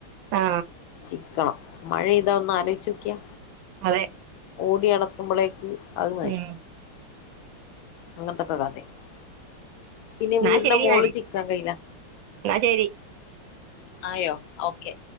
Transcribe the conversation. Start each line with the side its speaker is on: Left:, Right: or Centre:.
Right: ആ
Left: ചിക്കളം മഴ ഇതാ ഒന്ന് ആലോചിച്ചു നോക്കിയാ
Right: അതെ
Left: ഓടി നടത്തുമ്പോഴേക്ക് അത്
Right: ഉം
Left: അങ്ങത്തെക്ക കഥെ <unintelligible> പിന്നെ
Right: എന്നാ
Left: വീടിന്റെ
Right: ശരി
Left: മോള്
Right: എന്നാല്
Left: ചിക്കാൻ കയ്യില
Right: എന്നാ ശരി
Left: ആയോ ഓക്കെ